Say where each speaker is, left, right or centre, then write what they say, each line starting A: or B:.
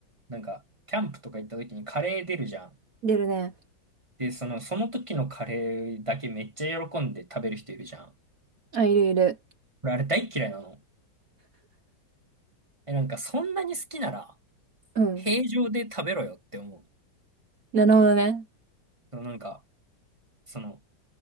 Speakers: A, on the right; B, on the right.
A: なんか、キャンプとか行った時にカレー出るじゃん。
B: 出るね。
A: で、その、その時のカレーだけめっちゃ喜んで食べる人いるじゃん。
B: あ、いるいる。
A: 俺、あれ大っ嫌いなの。え、なんか、そんなに好きなら、
B: うん。
A: 平常で食べろよって思う。
B: なるほどね。
A: そのなんか、その、